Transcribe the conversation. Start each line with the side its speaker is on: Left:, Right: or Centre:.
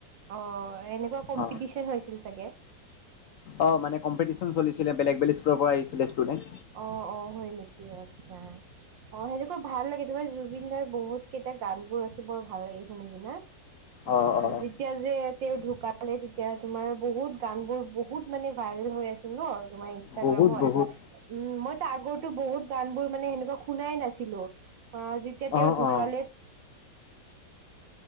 Right: অ, এনেকুৱা কম্পিটিশন
Left: অ
Right: হৈছিল চাগে।
Left: অ মানেম্পিটিশন চলছিলে বেলেগ বলেগ স্কুলৰ পৰা আহিছিলে ষ্টুডেণ্ট।
Right: অ, অ, হয় নেকি? আচ্ছা, অ, সেইটোকো ভাল লাগে। তোমাৰ জুবিন দাৰ বহুত কেইটা গান বোৰ আছে বৰ ভাল লাগে শুনি কিনে। তোমাৰ
Left: অ অ অ
Right: যি এতিয়া যে তেওঁৰ ঢুকালে তেতিয়া তোমাৰ বহুত গান বোৰ বহুত মানে ভাইৰেল হৈ আছিল ন তোমাৰ, ইনাগ্ৰামত
Left: বহুত বহুত
Right: উম মইতো আগো বহুত গান বোৰ মানে সেনেকুৱা শুনাই নাছিলো। অ, যেতিয়া তেওঁ
Left: অ
Right: ঢুকালে,
Left: অ